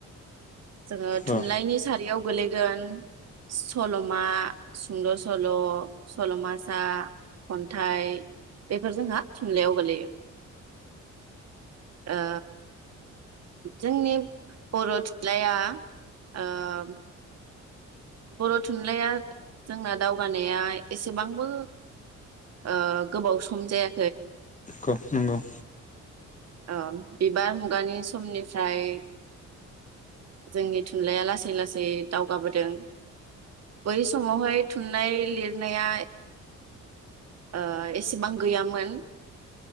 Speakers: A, on the right; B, on the left.
A: जोङो थुनलाइनि
B: औ
A: सारियाव गोलैगोन सल'मा, सुंद' सल', सल'मासा खन्थाइ बेफोर जोंहा थुनलाइयाव गोलैयो। ओ जोंनि बर' थुनलाइया ओ बर' थुनलाइया जोंना दावगानाया एसेबांबो ओ गोबाव सम जाया
B: <inaudible> नंगौ
A: औ बिबार मुगानि समनिफ्राय जोंनि थुनलाइया लासै लासै दावगाबोदों। बै समावहाय थुनलाइ लिरनाया ओ एसेबां गैयामोन